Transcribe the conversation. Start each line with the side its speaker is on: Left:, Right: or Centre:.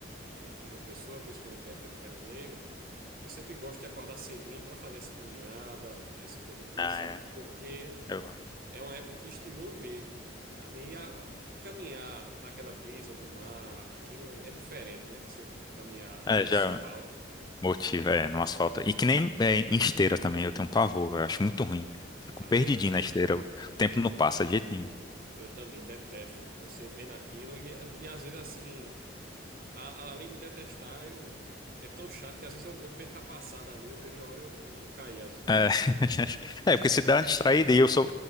Right: em, em João Pessoa, principalmente na época de veraneio, eu sempre gosto de acordar cedinho para fazer essa caminhada, essa corridinha,
Left: Ah,
Right: sabe?
Left: é.
Right: Porque.
Left: Eu gosto.
Right: É uma época que estimula mesmo. Ali a, a caminhar naquela brisa do mar, aquilo é diferente, né? Você caminhar
Left: É,
Right: em asfalto.
Left: já motiva é, no asfalto. E que nem é, em esteira também, eu tenho um pavor, eu acho muito ruim. Fico
Right: Ah,
Left: perdidinho
Right: eu, ta-
Left: na esteira, o tempo não passa de jeito nenhum.
Right: eu também detesto. Você vendo aquilo e, e às vezes assim, a- a- além de detestar, eu é tão chato que às vezes eu, eu perco a passada ali, eu vejo a hora eu, eu, eu cair às vezes.
Left: <laughs> É, porque se dá uma distraída e eu sou.